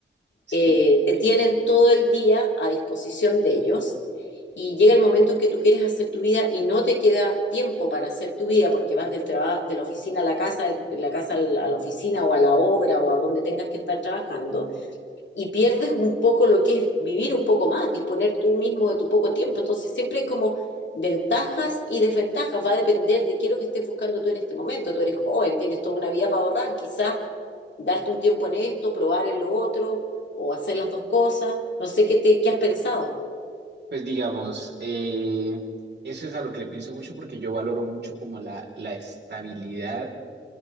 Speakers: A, on the right (about 65°); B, on the left (about 70°).
A: Sí,
B: eh, te tienen todo el día a disposición de ellos y llega el momento en que tú quieres hacer tu vida y no te queda tiempo para hacer tu vida porque vas del trabajo de la oficina a la casa, de la casa a la oficina o a la obra o a donde tengas que estar trabajando y pierdes un poco lo que es vivir un poco más, disponer tú mismo de tu poco tiempo. Entonces siempre es como ventajas y desventajas, va a depender de qué es lo que estés buscando tú en este momento. Tú eres joven, tienes toda una vida para ahorrar, quizás darte un tiempo en esto, probar en lo otro o hacer las dos cosas. No sé qué te, qué has pensado.
A: pues digamos, eh, eso es a lo que le pienso mucho porque yo valoro mucho como la, la estabilidad